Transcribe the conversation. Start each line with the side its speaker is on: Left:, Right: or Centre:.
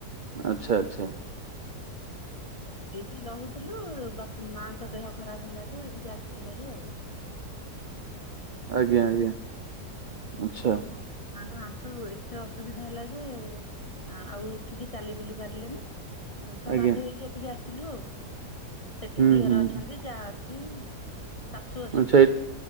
Right: ଆଚ୍ଛା ଆଚ୍ଛା।
Left: ଏଇଠି ରହୁଥୁଲୁ ବାପ୍ ମାଙ୍କ ଦେହ ଖରାପ ହେଲାଠୁ ଏଠିକି ଆସିଲୁ ଭାରି ଆଉ।
Right: ଆଜ୍ଞା ଆଜ୍ଞା ଅଚ୍ଛା।
Left: ମାଙ୍କ ଆଣ୍ଠୁ ଏତେ ଅସୁବିଧା ହେଲା ଯେ ଆଉ ଉଠିକି ଚାଲି ବୁଲି ପାରିଲେନି। ଅଁ ତ
Right: ଆଜ୍ଞା
Left: ବାଧ୍ୟ ହେଇକି ଏଠିକି ଆସିଲୁ ଆଉ ସେଠି
Right: ହୁଁ
Left: ଦିଅର
Right: ହୁଁ।
Left: ଅଛନ୍ତି। ଚା ଅଛି। ଶାଶୁ ଅଛନ୍ତି।
Right: ଆଚ୍ଛା ଏକ୍